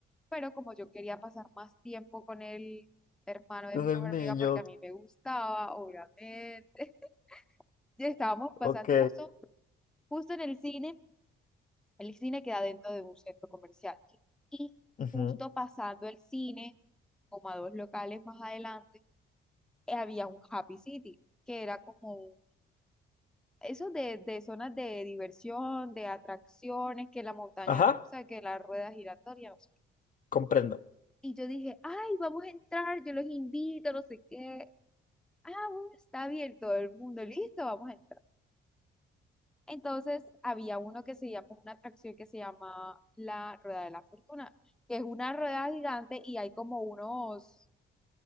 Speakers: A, in the centre; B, on the left.
A: Pero como yo quería pasar más tiempo con el hermano de
B: Con
A: mi mejor
B: el niño,
A: amiga, porque a mí me gustaba, obviamente, <laughs> ya estábamos pasando
B: ok.
A: justo, justo en el cine. El cine queda dentro de un centro comercial. Y
B: Ujú.
A: justo pasando el cine, como a dos locales más adelante, eh, había un Happy City, que era como eso de, de zonas de diversión, de atracciones, que la montaña
B: Ajá,
A: rusa, que la rueda giratoria, no sé qué.
B: comprendo.
A: Y yo dije, ay, vamos a entrar, yo los invito, no sé qué. Ah, bueno, está bien, todo el mundo, listo, vamos a entrar. Entonces, había uno que se llama, una atracción que se llama la Rueda de la Fortuna, que es una rueda gigante y hay como unos,